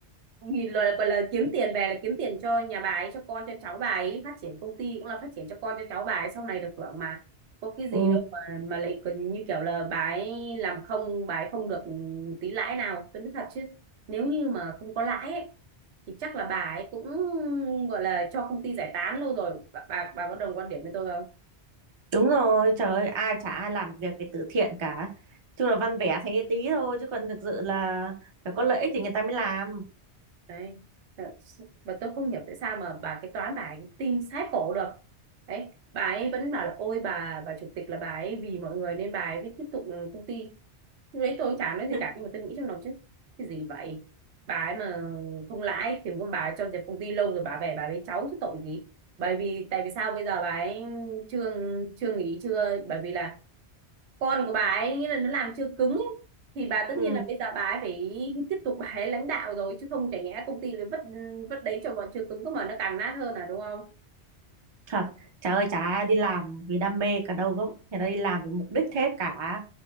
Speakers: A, on the right; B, on the right.
A: nhìn lời là, gọi là kiếm tiền về là kiếm tiền cho nhà bà ấy cho con cho cháu bà ấy phát triển công ty cũng là phát triển cho con cho cháu bà ấy sau này được hưởng mà có cái gì
B: Ừ.
A: đâu mà mà lại còn như kiểu là bà ấy làm không bà ấy không được tí lãi nào tôi nói thật chứ nếu như mà không có lãi ấy, thì chắc là bà ấy cũng gọi là cho công ty giải tán lâu rồi bà bà, bà có đồng quan điểm với tôi không
B: Đúng rồi, trời ơi, ai chả ai làm việc về từ thiện cả. Chung là văn vẻ thế tí thôi, chứ còn thực sự là phải có lợi ích thì người ta mới làm.
A: đấy Thật sự- và tôi không hiểu tại sao mà bà cái toán bà ấy tin sát cổ được đấy bà ấy vẫn bảo là ôi bà bà chủ tịch là bà ấy vì mọi người nên bà ấy mới tiếp tục công ty lúc đấy tôi chả nói gì
B: <laughs>
A: cả nhưng mà tôi nghĩ trong lòng chứ cái gì vậy bà ấy mà không lãi thì con bà ấy cho dẹp công ty lâu rồi bà về bà với cháu chứ tội gì bởi vì tại vì sao bây giờ bà ấy chưa chưa nghỉ chưa bởi vì là con của bà ấy nghĩa là nó làm chưa cứng ấy. thì bà tất
B: Ừ,
A: nhiên là bây giờ bà ấy phải tiếp tục bà ấy lãnh đạo rồi chứ không chả nhẽ công ty lại vất vất đấy cho bọn chưa cứng cơ mà nó càng nát hơn à đúng không
B: thật. Trời ơi, chả ai đi làm vì đam mê cả đâu gớm. Người ta đi làm vì mục đích thế cả.